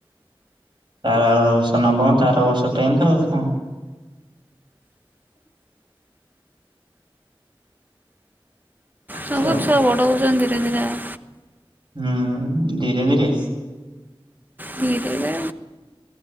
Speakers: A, on the right (about 60°); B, on the right (about 20°).
A: ତାର ଆର ବର୍ଷ ନବମ ତାର ବର୍ଷ ଟେନ୍ଥ ଆଉ କଣ? ହ ଚାଲିଛି
B: ସବୁ
A: ଆଉ।
B: ଛୁଆ ବଡ ହଉଛନ୍ ଧୀରେ ଧୀରେ ଆ
A: ହୁଁ ଧୀରେ ଧୀରେ।
B: ଧୀରେ।